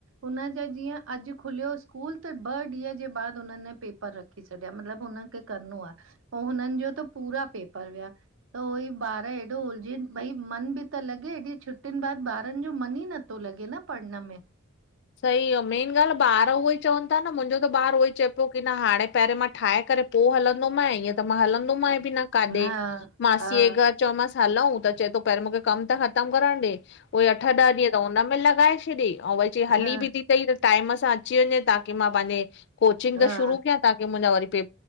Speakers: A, on the right; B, on the left.
A: हुनजा जीअं अॼु खुलियो स्कूलु, त ॿ ॾींहं जे बाद हुननि पेपर रखया। रखी छॾिया, मतिलबु हुनखे करिणो आ, पो हुननिजो त पूरा पेपर विया। त उहोई ॿार एॾो उलझीनि, भई मन बि त लॻे एॾी छुटियुनि बाद ॿारनि जो मन ही न तो लॻे न पढ़न में।
B: सही आ मेन ॻाल्हि ॿार उहोई चवनि ता न, मुंहिंजो त ॿारु उहो ई चए पियो की न हाणे पहिरियों मां ठाहे करे पो हलंदो मांए, ईअं त मां हलंदो मांए बि न काॾे,
A: हा
B: मासीअ
A: हा
B: घरु चौमांसि हलऊ, त चए तो पहिरियों मूंखे कमु त ख़तमु करणु ॾे। पोई अठ ॾह ॾींहुं त हुनमें लॻाए छॾेई, अऊं वरि चई हली
A: हा
B: बि की तई त टाइम सां अची वञे। ताकी मां पंहिंजे कोचिग
A: हा
B: त शुरू कयां ताकी मुंहिंजा वरी पे